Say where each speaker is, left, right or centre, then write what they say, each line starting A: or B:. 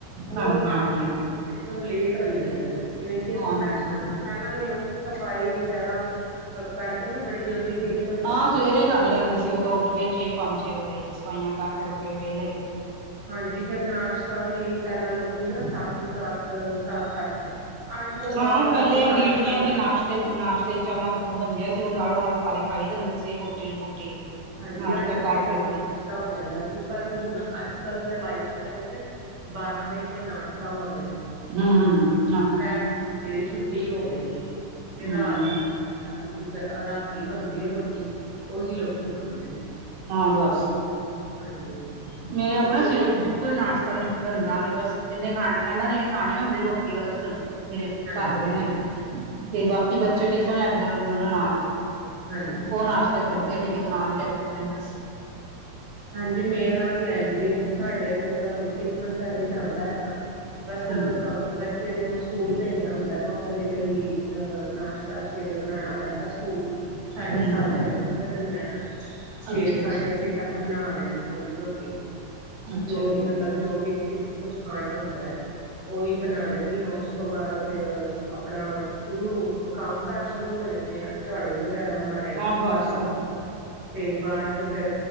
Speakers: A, on the right; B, on the right.
A: ਔਹ
B: ਹਾਂਜੀ
A: ਕੰਮ
B: ਹਾਂਜੀ
A: ਲੇਟ ਹੋਈ ਜਾਂਦਾ ਨੇ, ਜਿਵੇਂ ਕਿ ਅਸੀਂ
B: ਹਾਂਜੀ
A: ਪੈਲਾ, ਪੈਲਾ ਦੇ ਲੋਕੀ ਸਫ਼ਾਈ ਵਗੈਰਾ ਕਰਕੇ ਨਾ, ਬੜੀ ਜਲਦੀ ਵੇਅਲੇ ਹੋ ਜਾਂਦੇ
B: ਹਾਂ ਸਵੇਰੇ ਹੀ ਕਰ ਲੈਂਦੇ ਸੀ ਔਦੋਂ ਉੱਠ ਕੇ, ਛੇ ਪੰਜ, ਛੇ ਵਜੇ ਸਫ਼ਾਈਆਂ ਕਰ
A: ਸੀ।
B: ਕੁਰ ਕੇ ਵੇਅਲੇ
A: ਹਾਂਜੀ, ਫੇਰ ਨਾਸ਼ਤਾ ਵੀ, ਪੈਲਾਂ ਲੋਕੀ ਨਾ ਸੱਤ-ਸੱਤ, ਸੱਤ, ਅੱਠ ਆਠ ਤੋਂ ਬਾਦ,
B: ਹਾਂ
A: ਲੋਕੀ
B: ਪਹਿਲੇ ਅੰਗੀਠੀਆਂ
A: ਨਾਸ਼ਤਾ ਨੀ ਕਰ
B: ਨਾਸ਼ਤੇ ਤੇ ਨਾਸ਼ਤੇ ਚਾਵਾ ਚੁਵਾ ਬਣਦੀਆਂ ਸੀ, ਔਹ ਨਾਲੋਂ ਨਾਲ ਸਾਰੇ ਖਾਏ ਜਾਂਦੇ ਸੀ ਰੋਟੀ, ਰੂਟੀ।
A: ਹਾਂਜੀ,
B: ਨਾਸ਼ਤਾ
A: ਅੱਠ ਵੱਜੇ
B: ਕਰਕੇ
A: ਤੱਕ
B: ਫ੍ਰੀ
A: ਨਾਸ਼ਤਾ ਹੋ ਜਾਂਦਾ ਸੀ, ਪਰ ਹੁਣ ਅੱਜ ਕੱਲ ਦੇ ਲਾਈਫ ਸਟਾਈਲ ਚ ਬਾਰਾਂ ਵੱਏ ਤੇ ਨਾਸ਼ਤਾ ਹੋ ਰੇਆ।
B: ਹੂੰ-ਹੂੰ।
A: ਪੈਰ, ਰੋਟੀਓ ਛੁੱਟੀ ਈ ਹੋ ਗਈ ਏ। ਤੇ
B: ਹੂੰ
A: ਰਾਤ ਦੁਪ ਅਹ ਰਾਤੀ ਬਣਦੀ ਏ ਰੋਟੀ, ਔਹੀ ਲੋਕੀ ਖਾਂਦੇ ਨੇ।
B: ਹਾਂ ਬੱਸ।
A: ਹਾਂਜੀ।
B: ਮੇਰੇ ਅਪਣੇ
A: ਤੇ
B: ਸਿਰ ਪਰ ਨਾਸ਼ਤਾ ਨੀ, ਬਣਦਾ ਨੀ ਬਸ, ਜਿਨੇ ਖਾਣੀ, ਏਹਨਾਂ ਨੇ ਏਹ ਖਾਣੀ ਹੁੰਦੀ ਰੋਟੀ ਬਸ। ਮੇਰੇ
A: ਹਾਂਜੀ
B: ਘਰ ਵਾਲੇ ਨੇ, ਤੇ ਬਾਕੀ ਬੱਚ ਚ ਟਿਫਨ ਲੈ ਕੇ ਜਾਂਦੇ ਦੋਨੋ ਨਾਲ।
A: ਹਾਂਜੀ।
B: ਔਹ ਨਾਸ਼ਤਾ ਕਰਦੇ ਨੀ ਗੇ, ਔਹ ਨਾਲ ਲੈ ਜਾਂਦੇ ਨੇ ਬਸ।
A: ਹਾਂਜੀ ਮੇਰਾ ਵੀ ਐਂਜ ਈ ਏ, ਸਾਡੇ ਮਤਲਬ ਟਿਫਨ ਤਾਂ ਨਈ ਜਾਂਦਾ ਹੈਗਾ। ਬਸ
B: ਹੂੰ
A: ਕ ਬ ਬੱਚੇ ਨੂੰ ਸਕੂਲ ਪੇਜਣਾ ਹੁੰਦਾ ਨਾ, ਔਦੇ ਲਈ ਅਹ ਨਾਸ਼ਤਾ ਸਵੇਰੇ ਬਣਾਣਾ ਪੈਂਦਾ ਸਕੂਲ ਸਾਢੇ
B: ਹੂੰ
A: ਸੱਤ ਚਲੇ ਜਾਂਦਾ ਤੇ ਮੈਂ, ਛੇ
B: ਅੱਛਾ ਅੱਛਾ
A: ਸਾਢੇ ਛੇ ਤੱਕ ਬਣਾ ਦੇਣੀ ਆ, ਔਦੀ ਰੋਟੀ,
B: ਅੱਛਾ
A: ਜੋ ਵੀ
B: ਜੀ
A: ਮਤਲਬ ਮਤਲਬ ਜੋ ਵੀ ਕੀ, ਕੁਛ ਖਾਣਾ ਹੁੰਦਾ ਏ, ਔਹੀ ਬਣਾ ਦੇਣੀ ਆ ਔਸ ਉਸ ਤੋਂ ਬਾਅਦ ਫੇਰ, ਆਪਣਾ ਸ਼ੁਰੂ, ਕੰਮ ਕਾਰ ਸ਼ੁਰੂ ਹੋ ਜਾਂਣੇ ਆ, ਚਾੜੂ ਵਗੈਰਾ ਮਾਰ ਦੇਆ
B: ਹਾਂ ਬਸ
A: ਕੱਲ, ਤੇ ਬਾਅਦ ਚੋਂ ਫੇਰ